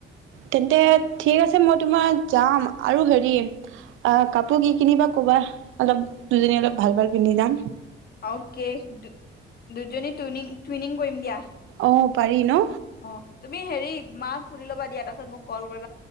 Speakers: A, on the right; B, on the left.
A: তেন্তে ঠিক আছে মই তোমাৰ যাম আৰু হেৰি কাপোৰ কি কিনিবা ক'বা অলপ দুজনী অলপ ভাল ভাল পিন্ধি য়াম
B: আৰু দু দুজনী টুই টুইনিং কৰিম দিয়া
A: আহ পাৰি ন
B: অ তুমি হেৰি মাক সুধি লব দিয়া তাপিছত মোক কল কৰিব